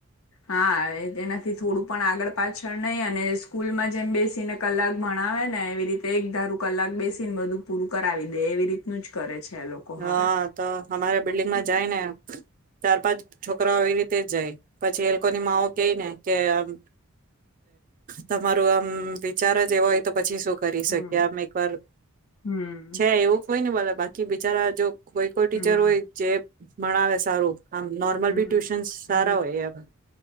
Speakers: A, on the left (about 85°); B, on the right (about 40°).
A: હા એ તેનાથી થોડું પણ આગળ પાછળ નહી અને સ્કૂલમાં જેમ બેસીને કલાક ભણાવે ને એવી રીતે એક ધારૂ કલાક બેસીને બધું પૂરું કરાવી દે એવી રીતનું જ કરે છે. એ લોકો
B: હા
A: હવે
B: તો. અમારા બિલ્ડિંગમાં જાય ને ચાર પાંચ છોકરાઓ એ રીતે જ જાય પછી એ લોકોની માઓ કઈ ને કે આમ તમારું આમ વિચાર જ એવ હોય તો પછી શું કરી
A: હમ
B: શકી આમ એક વાર
A: હમ
B: છે એવું કોઈ ની બોલ બાકી બ રા જો. કોઈ કોઈ ટીચર
A: હમ
B: હોય જે. ભણાવે સારું. આમ નોર્મલ
A: હમ
B: ભી ટુશન સારા
A: હમ
B: હોય એ.